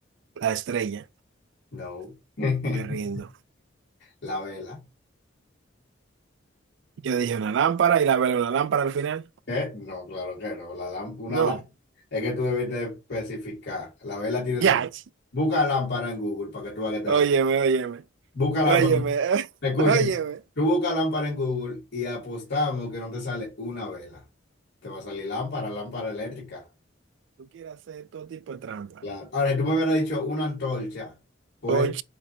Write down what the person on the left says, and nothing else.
no. <laughs>
La vela.
¿Qué? No, claro que no. La lám- una
lá- Es que tú debes de especificar. La vela tiene
su... Busca lámpara en Google para que tú veas que te va
a
Busca lámpara.
Escuchen,
tú busca lámpara en Google y apostamos que no te sale una vela. Te va a salir lámpara, lámpara eléctrica.
Claro. Ahora, si tú me hubieras dicho una antorcha, pues